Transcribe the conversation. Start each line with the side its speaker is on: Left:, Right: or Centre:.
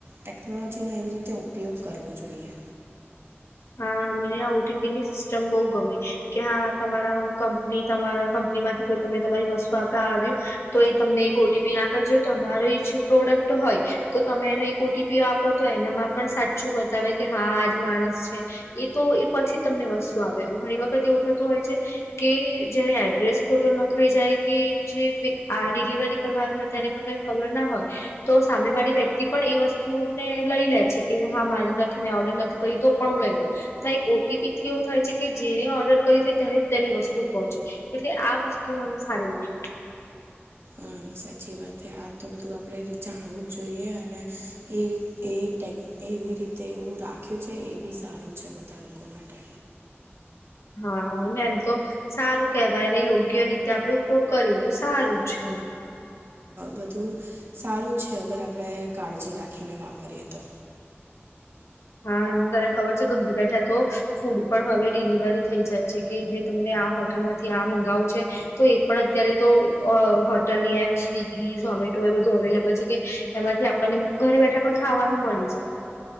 Right: ટેકનોલોજીનો એવી રીતે ઉપયોગ કરવો જોઈએ.
Left: હા મને આ ઓ ટી પીની સિસ્ટમ બહુ ગમે કે હા તમારા કંપની તમારા કંપનીમાંથી કોઈ તમે તમારી વસ્તુ આપવા આવ્યું તો એ તમને એક ઓટીપી નાખજો તમારો એ પ્રોડક્ટ હોય તો તમે એને એક ઓટીપી આપો તો એનામાં પણ સાચું બતાવે કે હા આજ માણસ એ તો એ પછી તમને વસ્તુ આપે ઘણી વખત એવું થતું હોય છે. કે જયારે એડ્રેસ ખોટો નખાઈ જાય કે જે આ ડિલિવરી કરવા હોય તેને પ્રકાર, ખબર ના હોય. તો સામે વાળી વ્યક્તિ પણ એ વસ્તુને લઈ લે છે કે હા મારી નથી મેં ઓર્ડર નથી કરીયું તો, પણું હું લઈ લઉ કઈક ઓટીપી થી એવ થાય છે કે જેને ઓર્ડર કરી છે ત્યારે તેને જ તેની વસ્તુ પહોંચે. એટલે આ વસ્તુ મને સારી લાગે.
Right: હ સાચી વાત છે આ તો બધું આપણે જાણવું જ જોઈએ અને એ એ ટેક એવી રીતે એવું રાખ્યું છે એ બી સારું છે બધા લોકો માટે,
Left: હા એમ તો, સારું કેહેવાયને યોગ્ય રીતે આપડે ઉપયોગ કરીએ તો સારું છે.
Right: બધું સારું જ છે અગર આપણે કાળજી રાખીને વાપરીએ તો,
Left: હા તને ખબર છે ઘર બેઠા તો, ફૂડ પણ હવે ડિલિવરી થઈ જાય છે કે ભાઈ તરે આ હોટલ માંથી આ મંગાવું છે. તો એ પણ અત્યારે તો અ હોટલની એપ્ સ્વિગી ઝોમેટો એ બધું અવેલેબલ છે કે, એમાંથી આપણને ઘરે બેઠા પણ ખાવાનું મળી જાય.